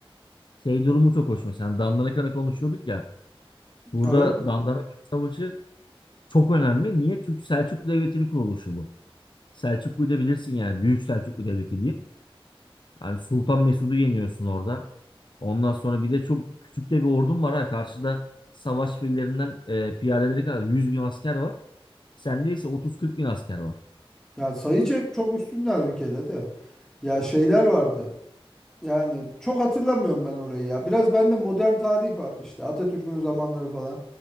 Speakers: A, on the left; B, in the centre.
A: Şey durumu çok hoş mesela. Dandanakan'ı konuşuyorduk ya. Burada
B: Evet.
A: Dandanakan Savaşı Çok önemli. Niye? Çünkü Selçuklu Devleti'nin kuruluşu bu. Selçuklu'yu da bilirsin yani. Büyük Selçuklu Devleti diyeyim. Yani Sultan Mesud'u yeniyorsun orada. Ondan sonra bir de çok küçük de bir ordun var ha. Karşıda savaş fillerinden e, piyadeleri kadar 100 bin asker var. Sende ise 30-40 bin asker var.
B: Ya sayıca çok üstünler bir kere de. Ya şeyler vardı. Yani çok hatırlamıyorum ben orayı ya. Biraz bende modern tarih var. İşte Atatürk'ün zamanları falan.